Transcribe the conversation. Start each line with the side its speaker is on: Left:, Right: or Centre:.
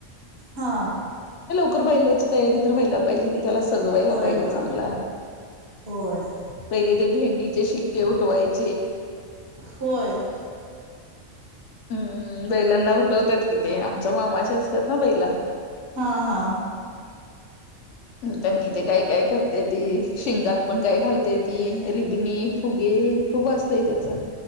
Right: हा
Left: रयल्याची तयारी तर वयला पाहिजे क त्याला सजवायला
Right: होय
Left: पाहिजे
Right: होय
Left: चांगला
Right: होय
Left: पहिले ते भेंड चे शिक्े उठवायचे
Right: होय
Left: हम्म बैलांना उठवतात कि ते आमच्या मामाचे असतात ना बैला
Right: हा हा
Left: त्यांनी ते गाय काय करत ती शिंगात पण काय घालतेय ती रिबणी फुगे खूप असतय त्याचा